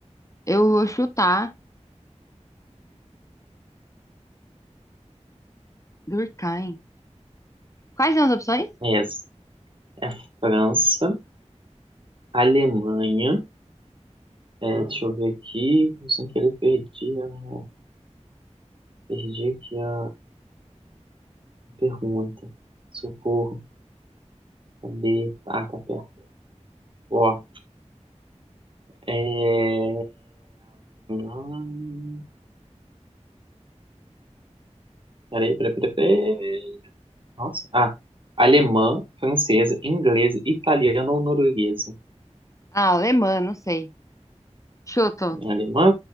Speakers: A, on the left (about 25°); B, on the right (about 45°).
A: Eu vou chutar Durkheim. Quais são as opções?
B: é, é França, Alemanha, É, deixa eu ver aqui, sem querer perdi, a- perdi aqui a pergunta. Socorro, cadê? Ah, tá perto. Ó, é... hum, Peraí, peraí, peraí, peraí. Nossa, ah, alemã, francesa, inglesa, italiana ou norueguesa?
A: Ah, alemã, não sei. Chuto.
B: É Alemã?